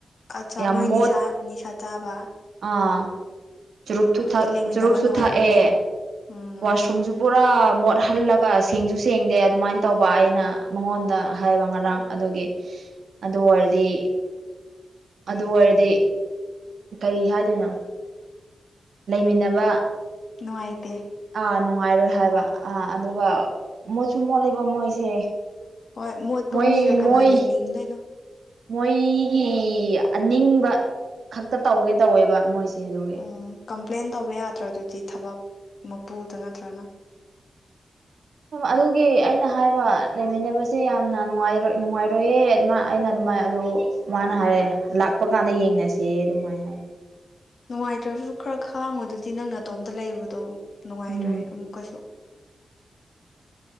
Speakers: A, on the left (about 55°); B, on the right (about 70°).
A: ꯑꯠꯆꯥ
B: ꯌꯥꯝ
A: ꯃꯣꯏ
B: ꯃꯣꯠ
A: ꯅꯤꯁꯥ ꯅꯤꯁꯥ ꯆꯥꯕꯥ꯫
B: ꯑꯥ ꯆꯨꯔꯨꯞꯁꯨ ꯊꯛ
A: ꯂꯩꯃꯤꯟꯅꯕ
B: ꯆꯨꯔꯨꯞꯁꯨ
A: ꯅꯨꯡꯉꯥꯏꯔꯣꯏꯅꯦ
B: ꯊꯛꯑꯦ꯫
A: ꯎꯝ
B: ꯋꯥꯁꯔꯨꯝꯁꯨ ꯄꯨꯔꯥ ꯃꯣꯠꯍꯜꯂꯒ ꯁꯦꯡꯁꯨ ꯁꯦꯡꯗꯦ ꯑꯗꯨꯃꯥꯏꯅ ꯇꯧꯕ ꯑꯩꯅ ꯃꯉꯣꯟꯗ ꯍꯥꯏꯕ ꯉꯔꯥꯡ ꯑꯗꯨꯒꯤ ꯑꯗꯨ ꯑꯣꯏꯔꯗꯤ ꯑꯗꯨ ꯑꯣꯏꯔꯗꯤ ꯀꯔꯤ ꯍꯥꯏꯗꯣꯏꯅꯣ꯫ ꯂꯩꯃꯤꯟꯅꯕ
A: ꯅꯨꯡꯉꯥꯏ
B: ꯑꯥ ꯅꯨꯡꯉꯥꯏꯔꯣꯏ ꯍꯥꯏꯕ ꯑꯥ ꯑꯗꯨꯒ ꯃꫭꯠꯁꯨ ꯁꯨ ꯃꯣꯠꯂꯦꯕ ꯃꯣꯏꯁꯦ꯫
A: ꯍꯣꯏ ꯃꯣꯠꯄ
B: ꯃꯣꯏ
A: ꯃꯤꯒ ꯀꯅꯥ
B: ꯃꯣꯏ
A: ꯂꯩꯅꯤꯡꯗꯣꯏꯅꯣ꯫
B: ꯃꯣꯏꯒꯤ ꯑꯅꯤꯡꯕ ꯈꯛꯇ ꯇꯧꯒꯦ ꯇꯧꯋꯦꯕ ꯃꯣꯏꯁꯦ꯫ ꯁꯦ ꯑꯗꯨꯒꯤ
A: ꯎꯝ ꯀꯝꯄ꯭ꯂꯦꯟ ꯇꯧꯕ ꯌꯥꯗ꯭ꯔꫭ ꯑꯗꯨꯗꯤ ꯊꯕꯛ ꯃꯄꯨꯗ ꯅꯠꯇ꯭ꯔꯅ꯫
B: ꯑꯗꯨꯒꯤ ꯑꯩꯅ ꯍꯥꯏꯕ ꯂꯩꯃꯤꯟꯅꯕꯁꯦ ꯌꯥꯝꯅ ꯅꯨꯡꯉꯥꯏꯔꯣꯏꯌꯦ ꯑꯗꯨꯃꯥꯏ ꯑꯩꯅ ꯑꯗꯨꯃꯥꯏꯅ ꯑꯗꯨ ꯃꯥꯅ ꯍꯥꯏꯔ ꯂꯥꯛꯄ ꯀꯥꯟꯗ ꯌꯦꯡꯅꯁꯦ ꯑꯗꯨꯃꯥꯏꯅ ꯍꯥꯏ꯫
A: ꯅꯨꯡꯉꯥꯏꯇ꯭ꯔꯁꯨ ꯈꯔ ꯈꯥꯡꯉꯨ ꯑꯗꯨꯗꯤ ꯅꯪꯇꯣꯝ ꯇꯥ ꯂꯩꯕꯗꯣ ꯅꯨꯡꯉꯥꯏꯔꯣꯏ
B: ꯎꯝ
A: ꯑꯃꯨꯛꯀꯁꯨ꯫